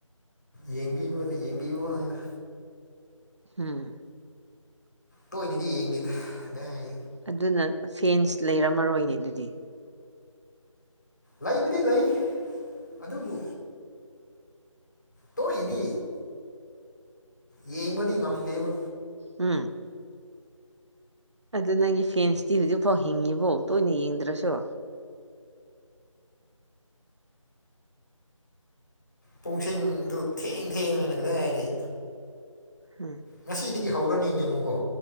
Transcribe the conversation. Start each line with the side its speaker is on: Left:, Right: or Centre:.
Left: ꯌꯦꯡꯕꯤꯌ ꯌꯦꯡꯕꯤꯌꯨ ꯍꯥꯏꯅ
Right: ꯍꯝ
Left: ꯇꯣꯏꯅꯗꯤ ꯌꯦꯡꯗꯦꯗ ꯀꯗꯥꯏ
Right: ꯑꯗꯨꯅ ꯐꯦꯟꯁ ꯂꯩꯔꯝꯃꯔꯣꯏꯅꯦ ꯑꯗꯨꯗꯤ
Left: ꯂꯩꯕꯗꯤ ꯂꯩ ꯑꯗꯨꯕꯨ ꯇꯣꯏꯗꯤ ꯌꯦꯡꯕꯗꯤ ꯉꯝꯗꯦꯕ
Right: ꯎꯝ ꯑꯗꯨꯗ ꯅꯪꯒꯤ ꯐꯦꯟꯁꯇꯤ ꯍꯧꯖꯤꯛꯐꯥꯎ ꯍꯤꯡꯉꯤꯕꯣ ꯇꯣꯏꯅ ꯌꯦꯡꯗ꯭ꯔꯁꯨ
Left: ꯄꯨꯡꯁꯤꯡꯗꯨ ꯊꯦꯡ ꯊꯦꯡ ꯑꯣꯏꯅ ꯀꯗꯥ ꯍꯥꯏꯔꯤ
Right: ꯎꯝ
Left: ꯉꯁꯤꯗꯒꯤ ꯍꯧꯔꯅꯤ ꯅꯃꯨꯒꯣ